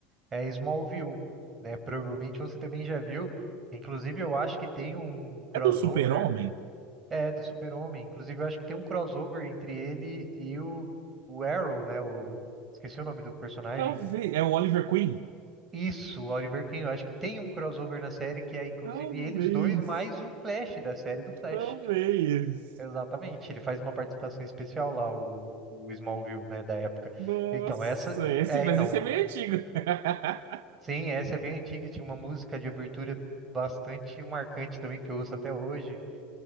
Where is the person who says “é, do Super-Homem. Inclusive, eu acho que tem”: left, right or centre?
Right